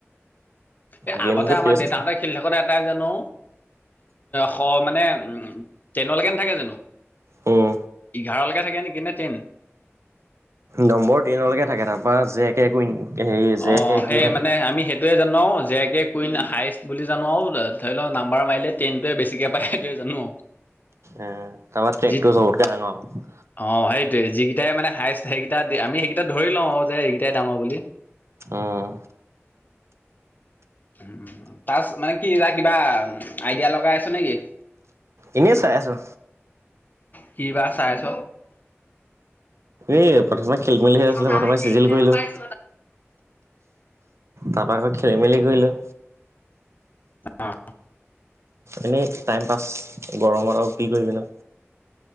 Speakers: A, on the left; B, on the right.
A: এ
B: গেমটো
A: আগতে আমাৰ
B: টেষ্ট
A: দেউতাহঁতে খেলি থাকোতে তাই জানো স মানে উম টেনলৈকে নাথাকে জানো?
B: উম।
A: এঘাৰলেকে থাকে নেকি নে টেন?
B: নম্বৰ টেইনলৈকে থাকে, তাৰপৰা জে কে কুইন। হেৰি জে
A: অ'
B: কে
A: সেই
B: কিউ থাকে।
A: মানে আমি সেইটোয়েই জানো। জে কে কুইন হায়ষ্ট বুলি জানো আৰু, ধৰি লওক নাম্বাৰ মাৰিলে টেনটোৱে বেছিকে পায় সেইটোয়েই জানো।
B: উম, তাৰপৰা ট্ৰেকটো
A: যি
B: চবতকেই ডাঙৰ।
A: অ', সেইটোৱেই, যিকেইটাই মানে হায়েষ্ট সেইকেইটা আমি সেইকেইটা ধৰি লওঁ যে এইকেইটাই দাঙৰ বুলি।
B: অহ।
A: উম, উম। তাছ মানে কি এ কিবা আইডিয়া লগাই আছে নেকি?
B: এনেই চাই আছো
A: কি বা চাই আছ
B: এই প্ৰথমে খেলি মেলিহে
A: কিবা
B: আছিলে প্ৰথমে
A: আইডিয়া
B: চিজিল কৰিলো।
A: লৈ আছ
B: তাৰপা আকৌ খেলি মেলি কৰিলো।
A: আহ
B: এনেই টাইম পাছ গৰমত আৰু কি কৰিবি ন।